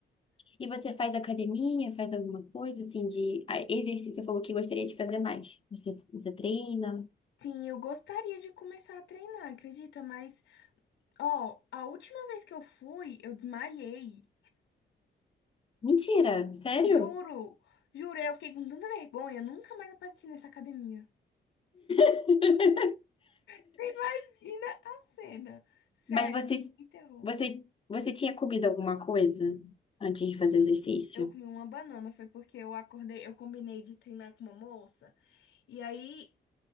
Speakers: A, on the left; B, on the left.
A: E você faz academia, faz alguma coisa assim de ah, exercício? Você falou que gostaria de fazer mais. Você, você treina?
B: Sim, eu gostaria de começar a treinar, acredita? Mas, ó, a última vez que eu fui, eu desmaiei.
A: Mentira, sério?
B: Juro, juro, eu fiquei com tanta vergonha, nunca mais apareci nessa academia.
A: <laughs>
B: Você imagina a cena. Sério,
A: Mas você,
B: me terror.
A: você, você tinha comido alguma coisa antes de fazer o exercício?
B: Eu comi uma banana, foi porque eu acordei, eu combinei de treinar com uma moça. E aí